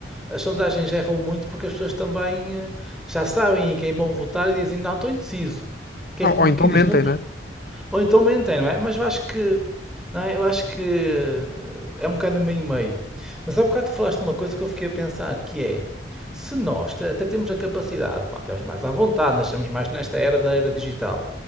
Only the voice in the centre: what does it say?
as sondagens erram muito porque as pessoas também eh, já sabem em quem vão votar e dizem, não, estou indeciso. Que
é como
quem diz,
não,
ou então mentem, não é? Mas eu acho que, não é? Eu acho que eh, é um bocado meio e meio. Mas há bocado tu falaste de uma coisa que eu fiquei a pensar, que é, se nós te- até temos a capacidade, pá, temos mais à vontade, nascemos mais nesta era da era digital,